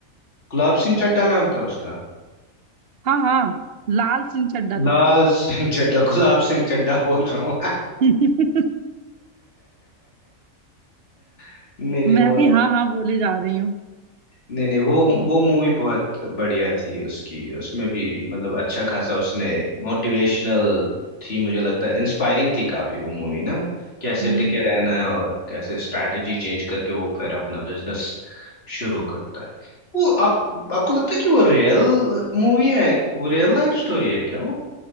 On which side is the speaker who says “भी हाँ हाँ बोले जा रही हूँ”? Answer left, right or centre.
Right